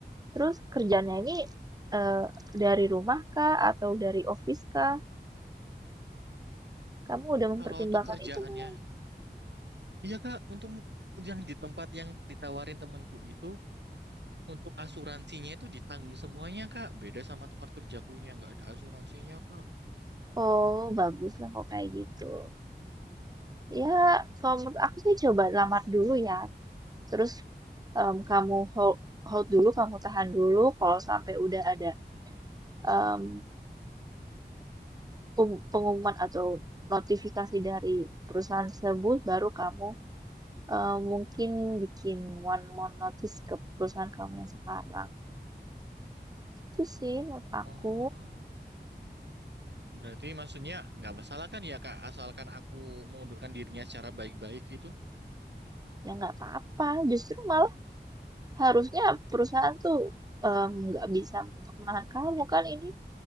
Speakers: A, on the right; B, on the right.
A: Terus kerjanya ini, eee, dari rumah kah atau dari office kah? Kamu udah mempertimbangkan
B: kalau untuk kerjaannya
A: itu belum?
B: Iya Kak, untung yang di tempat yang ditawarin temanku itu untuk asuransinya itu ditanggung semuanya Kak. Beda sama tempat kerjaku ini yang nggak ada asuransinya Kak.
A: Oh, bagus lah kalau kayak gitu. Ya, kalau menurut aku sih coba lamar dulu ya, terus, mmm, kamu hold hold dulu, kamu tahan dulu, kalau sampai udah ada, mmm um- pengumuman atau notifikasi dari perusahaan tersebut, baru kamu eh, mungkin bikin one more notice ke perusahaan kamu yang sekarang. Itu sih menurut aku,
B: Oh, berarti maksudnya nggak masalah kan ya Kak, asalkan aku mengundurkan dirinya secara baik-baik gitu.
A: ya nggak apa-apa. Justru malah harusnya perusahaan tuh em, nggak bisa untuk menahan kamu kan ini